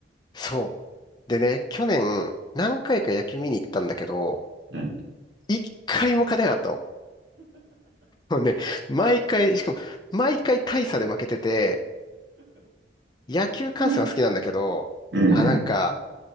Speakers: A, on the left; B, on the right.
A: そう。でね、去年、何回か野球見に行ったんだけど、
B: うん。
A: 一回も勝てなかったもうね、毎回、しかも、毎回大差で負けてて、野球観戦は好きなんだけど、
B: うんうんうん。
A: あ、なんか、